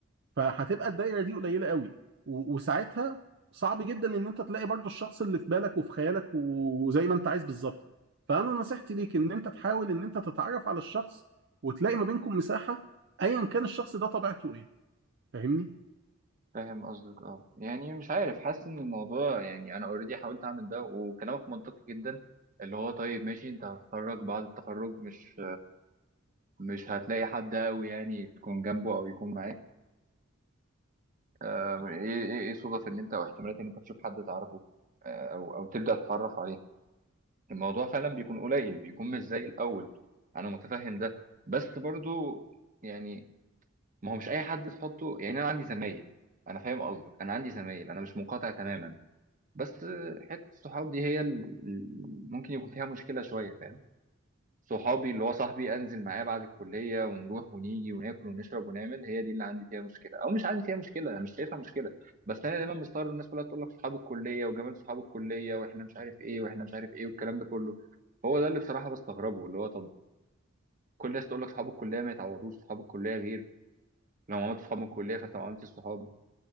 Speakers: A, on the right; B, on the right.
A: فهتبقى الدايره دي قليله قوي و- وساعتها صعب جدا ان انت تلاقي برضو الشخص اللي في بالك وفي خيالك و- وزي ما انت عايز بالظبط فانا نصيحتي ليك ان انت تحاول ان انت تتعرف على الشخص وتلاقي ما بينكم مساحه ايا كان الشخص ده طبيعته ايه فاهمني
B: فاهم قصدك اه يعني مش عارف حاسس ان الموضوع يعني انا اوريدي حاولت اعمل ده وكلامك منطقي جدا اللي هو طيب ماشي انت هتتخرج بعد التخرج مش مش هتلاقي حد قوي يعني تكون جنبه او يكون معاك آه، ايه ايه ايه صدف ان انت او احتمالات ان انت تشوف حد تعرفه آه، او او تبدا تتعرف عليه الموضوع فعلا بيكون قليل بيكون مش زي الاول انا متفهم ده بس برضو يعني ما هو مش اي حد تحطه يعني انا عندي زمايل انا فاهم قصدك انا عندي زمايل انا مش منقطع تماما بس حته الصحاب دي هي ال- ال- ممكن يكون فيها مشكله شويه فاهم صحابي اللي هو صاحبي انزل معاه بعد الكليه ونروح ونيجي وناكل ونشرب ونعمل هي دي اللي عندي فيها مشكله او مش عندي فيها مشكله انا مش شايفها مشكله بس انا دايما مستغرب إن الناس كلها تقول لك صحاب الكليه وجمال صحاب الكليه واحنا مش عارف ايه واحنا مش عارف ايه والكلام ده كله هو ده اللي بصراحه بستغربه اللي هو طب كل الناس تقول لك صحاب الكليه ما يتعوضوش صحاب الكليه غير لو عملت صحاب من الكليه فانت ما عملتش صحاب